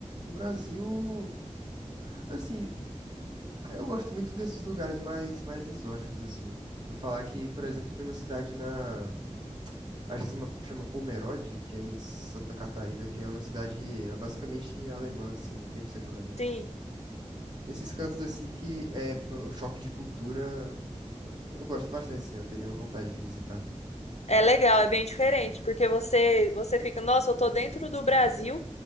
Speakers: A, on the right; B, on the left.
A: O Brasil, assim, eu gosto muito desses lugares mais, mais exóticos, assim. Eu vou falar que, por exemplo, tem uma cidade na, acho que chama, chama Pomerode, que é em Santa Catarina, que é uma cidade é basicamente alemã, assim, 100% alemã.
B: Sim.
A: Esses cantos, assim, que é um choque de cultura, eu, eu gosto bastante, assim, eu teria vontade de visitar.
B: É legal, é bem diferente, porque você você fica, nossa, eu tô dentro do Brasil,